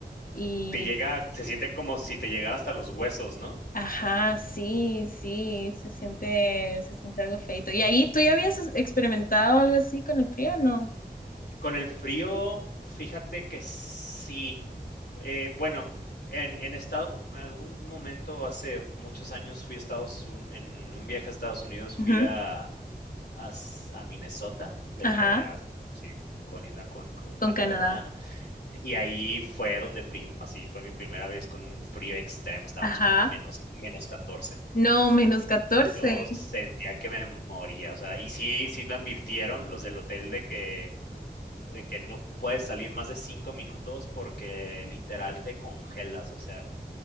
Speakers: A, on the left; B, on the left.
A: y,
B: Te llega se siente como si te llegara hasta los huesos, ¿no?
A: ajá, sí, sí, se siente, se siente algo feito. ¿Y ahí tú ya habías experimentado algo así con el frío? No.
B: Con el frío, fíjate que sí. Eh, bueno, en, en estado, en algún momento hace muchos años fui a Estados Unidos, en un viaje a Estados Unidos fui
A: Ujú.
B: a, a, s- a Minnesota, de
A: Ajá,
B: que a- sí, colinda con, con
A: con
B: Canadá,
A: Canadá.
B: y ahí fue donde, prim- así fue mi primera vez con un frío extremo, estábamos
A: Ajá.
B: como a menos, menos 14.
A: No, menos catorce
B: Yo sentía que me moría, o sea, y sí, sí me advirtieron los del hotel de que de que no puedes salir más de cinco minutos porque literal te congelas, o sea,